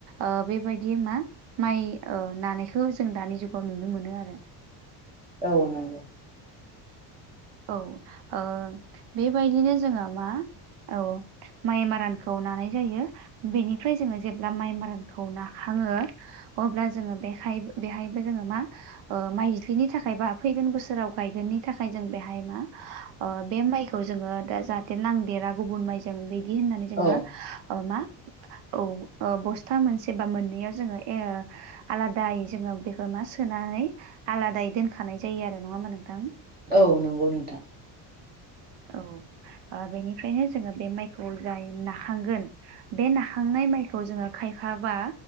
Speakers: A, on the right (about 70°); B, on the right (about 20°).
A: ओ बेबायदि मा माइ ओ नानायखौ जों दानि जुगाव नुनो मोनो आरो।
B: औ नंगौ।
A: औ ओ बेबायदिनो जोङो मा औ माइ मारानखौ नानाय जायो बेनिफ्राय जोङो जेब्ला माइ मारानखौ नाखाङो अब्ला जोङो बेहाय बेहायबो जोङो मा ओ माइज्लिनि थाखाय बा फैगोन बोसोराव गायगोननि थाखाय जों बेहा हाय मा ओ बे मायखौ जोङो दा जाहाथे नांदेरा गुबुन माइजों बिदि होननानै जोङो
B: औ
A: ओ मा औ ओ बस्था मोनसे बा मोननैयाव जोङो ए आलादायै जोङो बेखौ मा सोनानै आलादायै दोनखानाय जायो आरो नङा होनबा नोंथां?
B: औ नंगौ नोंथां
A: औ ओ बेनिफ्रायनो जोङो बे माइखौ जाय नाखांगोन बे नाखांनाय माइखौ जोङो खायफाबा